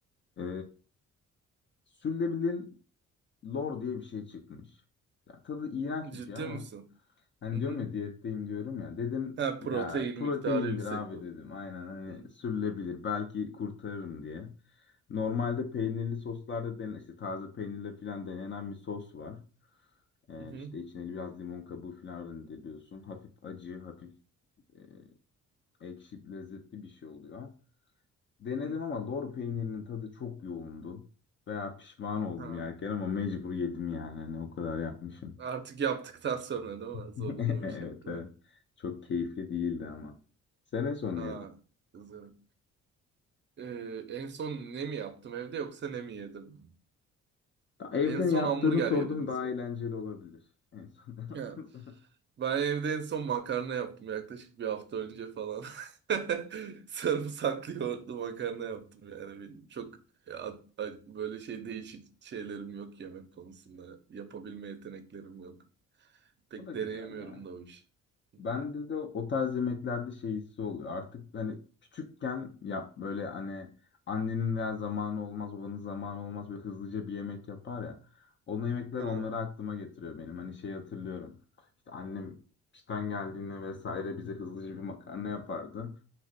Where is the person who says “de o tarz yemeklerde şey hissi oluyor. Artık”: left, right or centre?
Left